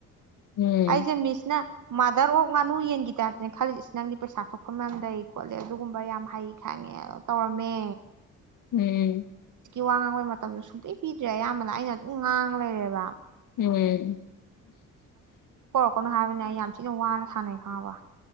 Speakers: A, on the left (about 70°); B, on the right (about 60°).
A: ꯎꯝ
B: ꯑꯩꯁꯦ ꯃꯤꯁ ꯅ ꯃꯥꯗꯔ ꯑꯣꯐ ꯉꯥꯅꯨ ꯌꯦꯟꯒꯤ ꯇꯥꯏꯞꯇꯅꯦ ꯈꯜꯂꯤꯁ ꯅꯪꯗꯤ ꯄꯩꯁꯥ ꯊꯣꯛꯄ ꯉꯝꯗꯩ ꯈꯣꯠꯂꯦ ꯑꯗꯨꯒꯨꯝꯕ ꯌꯥꯝ ꯍꯩ ꯈꯪꯉꯦ ꯑ ꯇꯧꯔꯝꯃꯦ
A: ꯎꯝ
B: ꯀ ꯃꯇꯝꯗꯨ ꯁꯨꯡꯛꯇꯩ ꯄꯤꯗ꯭ꯔꯦ ꯑꯌꯥꯝꯕꯅ ꯑꯩꯅ ꯑꯗꯨꯝ ꯉꯥꯡ ꯂꯩꯔꯦꯕ
A: ꯎꯝ
B: ꯀꯅꯣ ꯍꯥꯏꯕꯅꯤꯅ ꯑꯩ ꯌꯥꯝ ꯊꯤꯅ ꯋꯥꯅ ꯁꯥꯟꯅꯩ ꯈꯪꯉꯕ